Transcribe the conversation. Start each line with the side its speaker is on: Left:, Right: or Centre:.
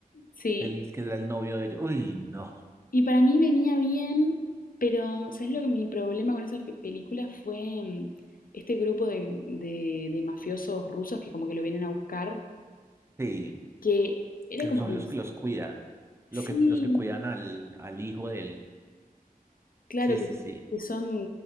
Left: Sí,
Right: del que era el novio de ellos. Uy, no,
Left: Y para mí venía bien, pero ¿sabes lo que mi problema con esa fe- película fue mm, este grupo de, de- de mafiosos rusos que como que lo vienen a buscar,
Right: sí,
Left: que era
Right: que
Left: como
Right: son
Left: que les-
Right: los que los cuidan, lo
Left: sí,
Right: que, los que cuidan al, al hijo del,
Left: claro
Right: sí,
Left: que,
Right: sí, sí,
Left: que son